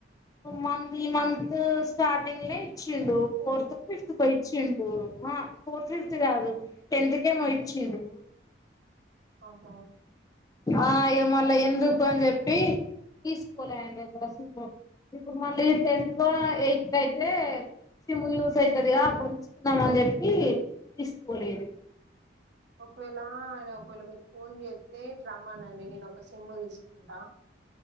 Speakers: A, on the left (about 20°); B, on the right (about 75°).
A: మంత్లీ, ఈ మంత్ స్టార్టింగ్‌లనే ఇచ్చిండు. ఫోర్తుకు, ఫిఫ్త్‌ కొ, ఇచ్చిండు! హ్మ్! ఆహ్, ఫోర్త్ ఫిఫ్త్ కాదు. టెన్త్‌కేమో ఇచ్చిండు.
B: ఆహా!
A: ఆ అయ్యో, మళ్లీ ఎందుకు అని చెప్పి, తీస్కోలే ఆయన దగ్గర <inaudible> అసలు. ఇప్పుడు మళ్లీ టెన్త్‌కో, ఎయిట్‌! <unintelligible> దీనికి అయితే సిమ్ యూజ్ అయితదిగా, అప్పుడు తీస్కుందాం అని జెప్పి తీస్కోలేదు.
B: ఒకవేళ ఆయన ఒకవేళ మీకు ఫోన్ చేస్తే, ఇటు రమ్మనండి. నేను ఒక సిమ్ తీస్కుంటా.